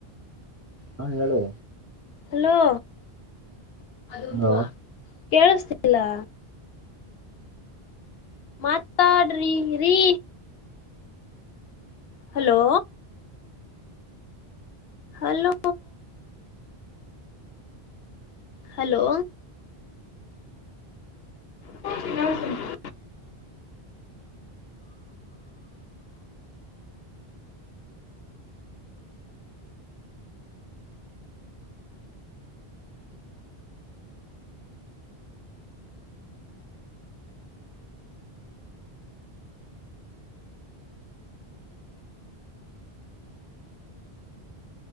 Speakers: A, on the right; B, on the left.
A: ಹ ಹೇಳು
B: ಹಲೋ <unintelligible>
A: ಹಲೋ.
B: ಕೇಳಿಸ್ತಿಲ್ಲ. ಮಾತಾಡ್ರಿ ರೀ ಹಲೋ ಹಲೋ ಹಲೋ. ಹಾ <unintelligible>